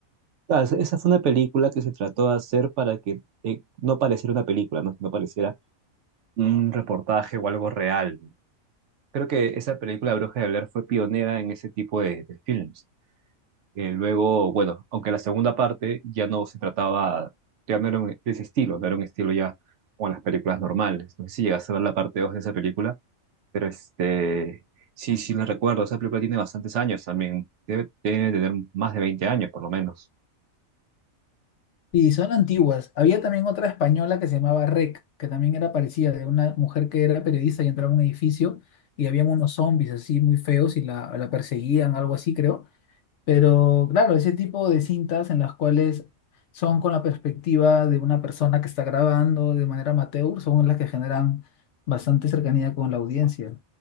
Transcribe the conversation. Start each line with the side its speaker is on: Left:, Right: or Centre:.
Right: Claro, esa esa fue una película que se trató de hacer para que eh, no pareciera una película, ¿no? No pareciera un reportaje o algo real. Creo que esa película Bruja de Blair fue pionera en ese tipo de, de films. Eh, luego, bueno, aunque la segunda parte ya no se trataba, ya no era un- de ese estilo, no era un estilo ya con las películas normales. No sé si llegaste a ver la parte 2 de esa película, pero este, sí, sí la recuerdo. Esa película tiene bastantes años también, debe, debe tener más de 20 años por lo menos.
Left: Y son antiguas. Había también otra española que se llamaba REC, que también era parecida, de una mujer que era periodista y entraba a un edificio y habían unos zombies así muy feos y la, la perseguían, algo así creo. Pero claro, ese tipo de cintas en las cuales son con la perspectiva de una persona que está grabando de manera amateur son las que generan bastante cercanía con la audiencia.